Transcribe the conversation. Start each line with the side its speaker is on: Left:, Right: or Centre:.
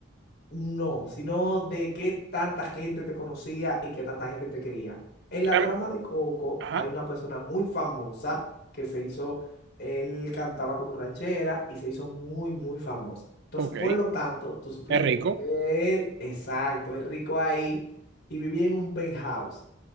Left: no, sino de qué tanta gente te conocía y qué tanta gente te quería. En la
Right: Em,
Left: trama de Coco
Right: Ajá,
Left: hay una persona muy famosa que se hizo, él cantaba como ranchera y se hizo muy, muy famosa. Entonces,
Right: ok.
Left: por lo tanto, tú supiste
Right: Es rico,
Left: que él, exacto, es rico ahí y vivía en un penthouse.